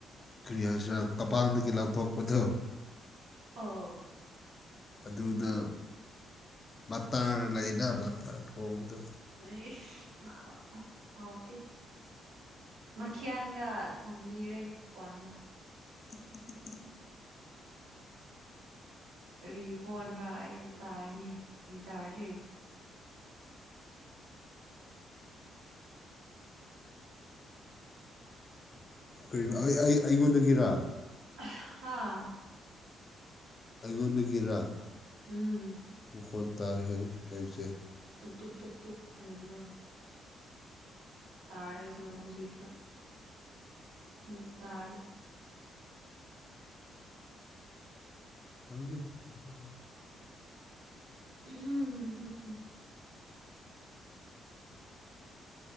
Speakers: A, on the left; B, on the right.
A: ꯀꯔꯤ ꯍꯥꯏꯁꯤꯦ ꯀꯕꯥꯡꯗꯒꯤ ꯂꯧꯎꯊꯣꯛꯄꯗꯨ
B: ꯑꯣ
A: ꯑꯗꯨꯗ ꯃꯇꯥ ꯂꯩꯅ ꯃꯇ ꯊꯣꯡꯕꯗ
B: ꯃꯁ ꯍꯥꯎꯗꯤ ꯃꯈꯤꯌꯥꯒ ꯊꯣꯡꯕꯤꯔꯦ ꯋꯥꯅ
A: <unintelligible>
B: ꯀꯔꯤ ꯍꯣꯟꯗ꯭ꯔꯥ ꯑꯩ ꯇꯥꯏꯅꯤ ꯍꯧꯖꯤꯛ ꯇꯥꯔꯤꯁꯤ
A: ꯀꯔꯤ ꯑꯩ ꯑꯩꯉꯣꯟꯗꯒꯤꯔ
B: ꯍꯥꯥ
A: ꯑꯩꯉꯣꯟꯗꯒꯤꯔꯥ
B: ꯎꯝ
A: ꯃꯈꯣꯜ ꯇꯥꯢ ꯍꯥꯏ ꯍꯥꯏꯁꯦ
B: ꯇꯨꯛ ꯇꯨꯛ ꯇꯨꯛ ꯇꯨꯛ ꯍꯥꯢꯕꯗꯣ ꯇꯥꯔꯦꯁꯨ ꯍꯧꯖꯤꯛꯁꯨ ꯑꯃꯨꯛ ꯇꯥꯔꯦ
A: ꯈꯪꯗꯦ ꯑꯗꯨꯗꯤ
B: ꯍꯝꯝꯝ <inaudible>